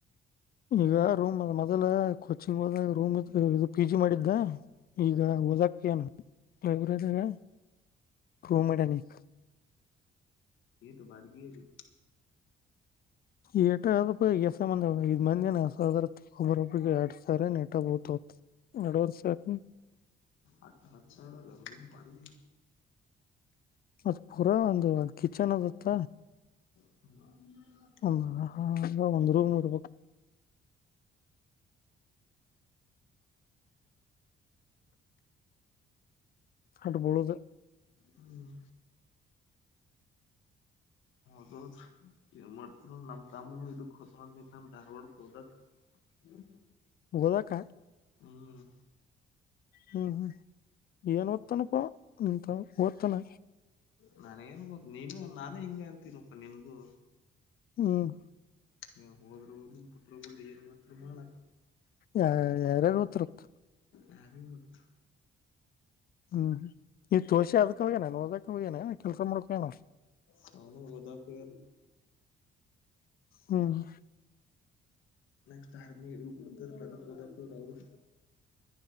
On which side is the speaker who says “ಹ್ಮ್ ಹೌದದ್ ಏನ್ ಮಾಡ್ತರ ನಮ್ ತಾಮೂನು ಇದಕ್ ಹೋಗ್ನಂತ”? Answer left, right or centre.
Left